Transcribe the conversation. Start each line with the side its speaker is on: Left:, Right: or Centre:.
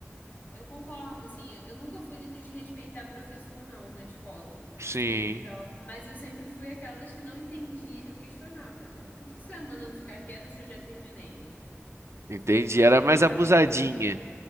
Left: Eu concordo, assim, eu nunca fui de desrespeitar professor, não, na escola.
Right: Sim,
Left: Então, mas eu sempre fui aquelas que não entendia, eu questionava, né? Por que que você tá mandando ficar quieta se eu já terminei?
Right: entendi.
Left: Então,
Right: Era mais abusadinha.